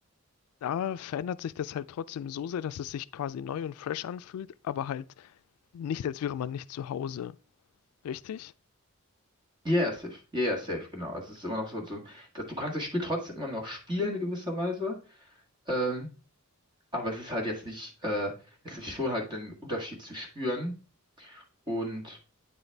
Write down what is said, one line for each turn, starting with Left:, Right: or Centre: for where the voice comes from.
Left: da verändert sich das halt trotzdem so sehr, dass es sich quasi neu und fresh anfühlt, aber halt nicht, als wäre man nicht zu Hause. Richtig?
Right: Yeah, safe. Yeah, yeah, safe, genau. Also es ist immer noch so, so dass du kannst das Spiel trotzdem immer noch spielen in gewisser Weise. Ähm, aber es ist halt jetzt nicht, äh, es ist schon halt ein Unterschied zu spüren. Und